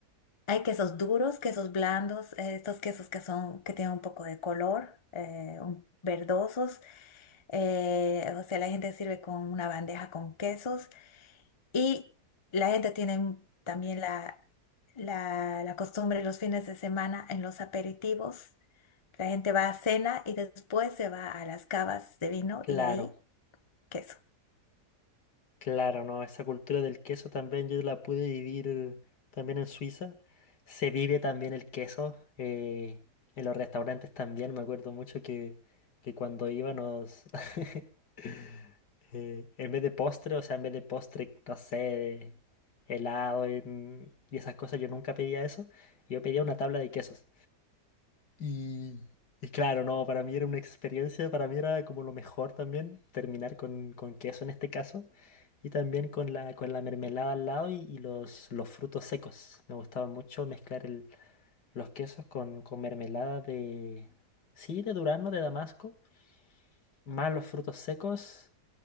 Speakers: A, on the left (about 25°); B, on the left (about 85°).
A: Hay quesos duros, quesos blandos, eh, estos quesos que son, que tienen un poco de color, eh, un- verdosos. eh, o sea, la gente sirve con una bandeja con quesos. Y la gente tiene también la, la, la costumbre los fines de semana en los aperitivos. La gente va a cena y después se va a las cavas de vino
B: Claro.
A: y ahí queso.
B: Claro, no, esa cultura del queso también yo la pude vivir también en Suiza. Se vive también el queso, eh, en los restaurantes también. Me acuerdo mucho que, que cuando íbamos, <laughs> eh, en vez de postre, o sea, en vez de postre, no sé, de helado y, y esas cosas, yo nunca pedía eso. Yo pedía una tabla de quesos. Y, y claro, no, para mí era una experiencia, para mí era como lo mejor también terminar con, con queso en este caso y también con la, con la mermelada al lado y, y los, los frutos secos. Me gustaba mucho mezclar el- los quesos con, con mermelada de, sí, de durazno, de damasco, más los frutos secos